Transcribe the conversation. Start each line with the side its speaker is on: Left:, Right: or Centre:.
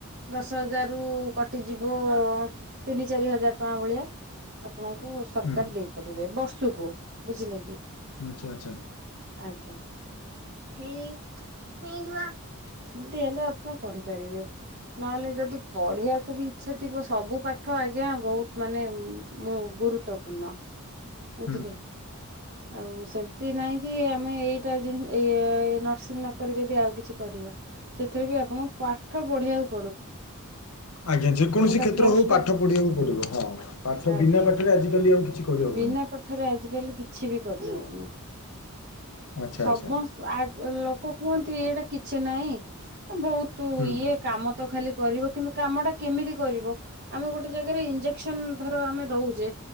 Right: ଦଶ ହଜାର ରୁ କଟିଯିବ ତିନି ଚାରି ହଜାର ଟଙ୍କା ଭଳିଆ। ଆପଣଙ୍କୁ ସରକାର
Left: ହୁଁ
Right: ଦେଇପାରିବେ ବର୍ଷକୁ ବୁଝିଲେ କି?
Left: ଆଚ୍ଛା ଆଚ୍ଛା।
Right: ଆଜ୍ଞା। ହେଇ ହେଇ ନୂଆ,
Left: ଆଚ୍ଛା
Right: ଏମିତି ହେଲେ ଆପଣ ପଢିପାରିବେ। ନହେଲେ ଯଦି ପଢିବାକୁ ବି ଇଚ୍ଛା ଥିବ ସବୁ ପାଠ ଆଜ୍ଞା ବହୁତ ମାନେ ମୁଁ ଗୁରୁତ୍ୱପୂର୍ଣ୍ଣ। ବୁଝିଲେ
Left: ହୁଁ।
Right: କି ଆଉ ସେମିତି ନାଇଁ କି ଆମେ ଏଇଟା ଜି ଏଇ ନର୍ସିଂ ନକରି ଯଦି ଆଉ କିଛି କରିବା ସେଥିରେ ବି ଆପଣ ପାଠ ବଢିବାକୁ
Left: ଆଜ୍ଞା ଯେକୌଣସି
Right: ଗୋଟେ
Left: କ୍ଷେତ୍ର
Right: କୋର୍ସ
Left: ହଉ
Right: ଟା
Left: ପାଠ ପଢିବାକୁ ପଡିବ ହଁ। ପାଠ
Right: ଆଜ୍ଞା
Left: ବିନା ପାଠରେ ଆଜିିକାଲି ଆଉ କିଛି କରିହବନି।
Right: ବିନା ପାଠରେ ଆଜିକାଲି କିଛି ବି କରିହଉନି।
Left: ଆଚ୍ଛା
Right: ସମସ୍ତ
Left: ଆଚ୍ଛା
Right: ଆ ଲୋକ କୁହନ୍ତି ଏଇଟା କିଛି ନାହିଁ। ବହୁତ
Left: ହୁଁ
Right: ଇଏ କାମ ତ ଖାଲି କରିବ କିନ୍ତୁ କାମଟା କେମିତି କରିବ ଆମେ ଗୋଟେ ଜାଗାରେ ଇଞ୍ଜେକ୍ସନ ଧର ଆମେ ଦଉଛେ।